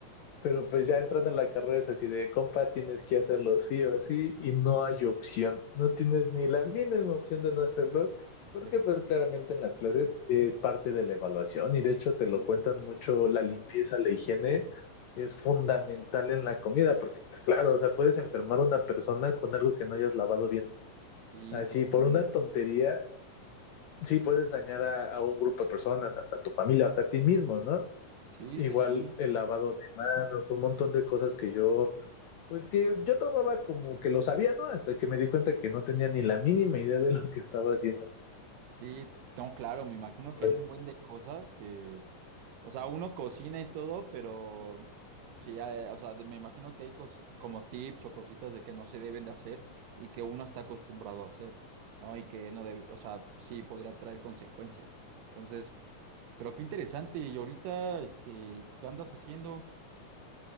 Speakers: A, on the left; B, on the right.
A: Pero pues ya entrando a la carrera es así de compa, tienes que hacerlo sí o sí y no hay opción. No tienes ni la mínima opción de no hacerlo, porque
B: <laughs>
A: pues claramente en las clases es parte de la evaluación y de hecho te
B: Claro.
A: lo cuentan mucho, la limpieza, la higiene es fundamental en la comida, porque pues claro, o sea, puedes enfermar a una persona con algo que no hayas lavado bien.
B: Sí,
A: Así,
B: totalmente.
A: por una tontería, sí puedes dañar a, a un grupo de personas, hasta tu familia, hasta ti mismo, ¿no?
B: Sí,
A: Igual
B: sí, sí.
A: el lavado de manos, un montón de cosas que yo pues que yo tomaba como que lo sabía, ¿no? Hasta que me di cuenta que no tenía ni la mínima idea de lo que estaba haciendo.
B: Sí, no, claro, me imagino
A: Joder.
B: que hay un buen de cosas que, o sea, uno cocina y todo, pero sí, eh, o sea, de- me imagino que hay cosi- como tips o cositas de que no se deben de hacer y que uno está acostumbrado a hacer, ¿no? Y que no debe, o sea, pues sí, podría traer consecuencias. Entonces, pero qué interesante, y ahorita, este, ¿qué andas haciendo?